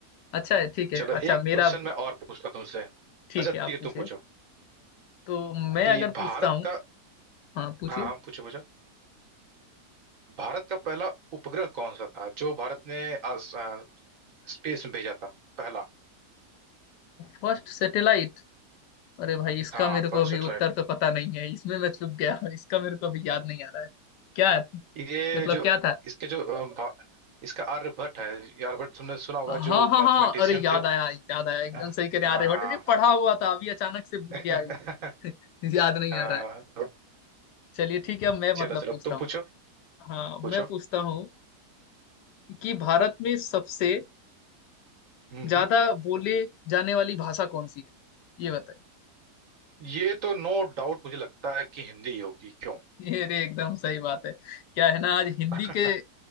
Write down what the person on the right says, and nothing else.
चलो
एक
क्वेश्चन मैं और पूछता हूं तुमसे
अच्छा ठीक
है
तुम पूछो
कि
भारत
का
हाँ हाँ, पूछो पूछो भारत का पहला उपग्रह कौन सा था जो भारत ने आस- आ, स्पेस में भेजा था पहला
हाँ
फर्स्ट
सैटेलाइट
ये
जो
इसके जो अ, भा- इसका आर्यभट्ट है ये आर्यभट्ट तुमने सुना होगा
जो
मैथमेटिशियन
थे वो।
हाँ
<laughs>
हाँ
तो
चलो चलो
तुम
पूछो
पूछो
हम्म
ये तो नो डाउट मुझे लगता है कि हिंदी ही होगी क्यों
<laughs>